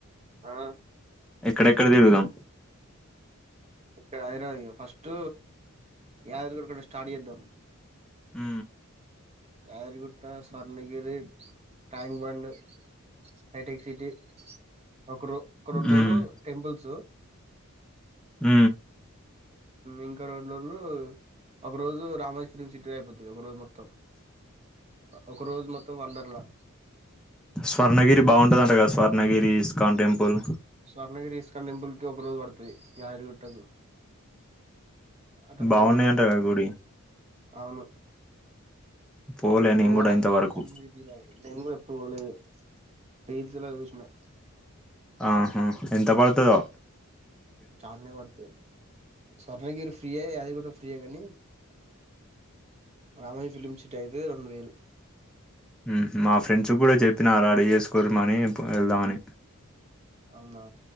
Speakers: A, on the right; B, in the centre.
A: ఆ
B: ఎక్కడెక్కడ తిరుగుదాం
A: ఎక్కడ హైదరాబాదుక ఫస్ట్ యాదరిగ కూడా స్టార్ట్ చేద్దాం
B: ఆ
A: యాదరి గుట్ట Swarnagiri Tank Bund hitech City ఒక రో ఒక రెండు
B: మ్మ్
A: రోజులు టెంపుల్స్
B: అ
A: ఇంకా రెండు రోజులు ఒక రోజు రామోజీ ఫిల్మ్ సిటీ అయిపోతుది ఒక రోజు మొత్తం ఒక రోజు మొత్తం వండర్లా
B: స్వర్ణగిరి బాగుంటదంటగా Swarnagiri ISKCON temple
A: Swarnagiri ISKCON temple కి ఒక రోజు పడుతుంది యాయరిగుట్టకు అటక్క
B: బాగున్నాయంట
A: రెండు రోలు
B: కదా గుడి
A: అవును
B: పోలే నేను
A: పోవాలి
B: కూడా
A: అన్ని
B: ఇంతవరకు
A: అన్ని నేను కూడా ఎప్పుడు పోలేదు రీల్స్లా చూసినా
B: ఆహా ఎంత పడుతుదో
A: చాలనే పడతాయిడి స్వర్ణగిరి ఫ్రీయ యాదిగు ఫ్రీయ కాని రామోజీ ఫిలిమ్ సిటీ అయితే రెండు వేలు
B: ఉహు మా ఫ్రెండ్స్ కూడా చెప్పిన రెడీ చేసుకోరు మని పొ వెళ్దామని
A: అవునా